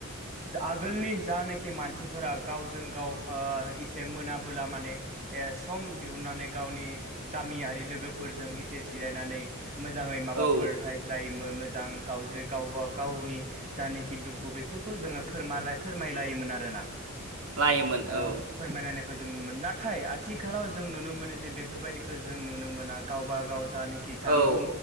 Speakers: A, on the right; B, on the right.
A: आगोलनि जानोखि मानसिफोरा गावजों गाव ओ एसे मोनाबोला माने ए सम दिहुनन्नानै गावनि गामियारि लोगोफोरजों एसे जिरायनानै मोजांङै माबाफोर
B: औ
A: रायज्लायोमोन मोजां गावजे गावबा गावनि जानिखि दुखु बेफोर खौ जोंङो फोर फोरमायलायोमोन आरोना
B: लायोमोन
A: फोरमायलायनायखौ
B: औ
A: जों नुनो मोनो नाथाय आथिखालाव जों नुनो मोनो जे बेफोरबायदिखौ जों नुनो मोना गावबा गाव जानि बि जानबुं
B: औ